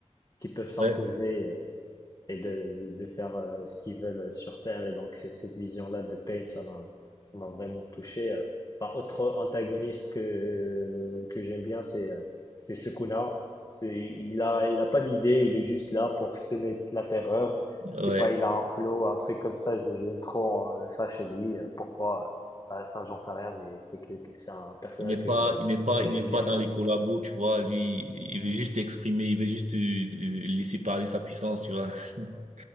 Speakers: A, on the left; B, on the right.
A: qui peuvent s'imposer
B: Ouais.
A: et de, de faire euh, ce qu'ils veulent euh, sur Terre. Et donc, c'est cette vision-là de Payne, ça m'a, ça m'a vraiment touché. Euh, Par autre antagoniste que, euh, que j'aime bien, c'est, euh, c'est Sukuna. C'est- Il a, il a pas d'idée, il est juste là pour semer la terreur.
B: Ouais.
A: Je sais pas, il a un flow, un truc comme ça. J'aime trop euh, ça chez lui. Euh, Pourquoi? euh, Ça, ça j'en sais rien, mais c'est que, que- c'est un personnage
B: Il n'est pas,
A: que j'aime,
B: il n'est pas,
A: que
B: il
A: j'aime
B: n'est pas
A: bien.
B: dans les collabos, tu vois. Lui, il veut juste exprimer, il veut juste euh, euh, laisser parler sa puissance, tu vois. <laughs>